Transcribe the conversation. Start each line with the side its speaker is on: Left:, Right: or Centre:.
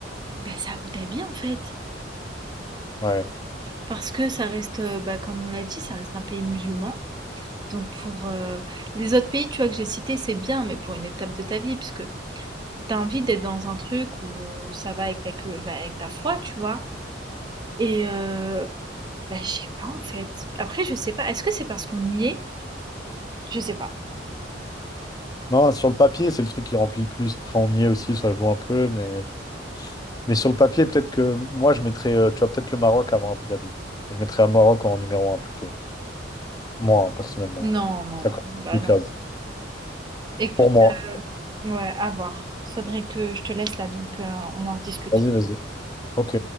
Right: bah, c'est Abu Dhabi, en fait.
Left: ouais.
Right: Parce que ça reste, euh, bah, comme on l'a dit, ça reste un pays musulman. Donc pour euh, les autres pays, tu vois, que j'ai cités, c'est bien, mais pour une étape de ta vie, puisque t'as envie d'être dans un truc où ça va avec ta, queue- va avec ta foi, tu vois. Et euh, bah, je sais pas en fait. Après, je sais pas. Est-ce que c'est parce qu'on y est? Je sais pas.
Left: Non, sur le papier, c'est le truc qui remplit le plus. Après, on y est aussi, ça joue un peu. Mais, mais sur le papier, peut-être que moi, je mettrais, euh, tu vois, peut-être le Maroc avant Abu Dhabi. Je mettrais le Maroc en numéro un plutôt. Moi, hein, personnellement.
Right: Non, non, non.
Left: Ça coche
Right: Bah
Left: plus
Right: non.
Left: de cases.
Right: Écoute,
Left: Pour moi.
Right: ouais, à voir. Faudrait que je te laisse là, donc euh, on en rediscute.
Left: Vas-y, vas-y. Ok.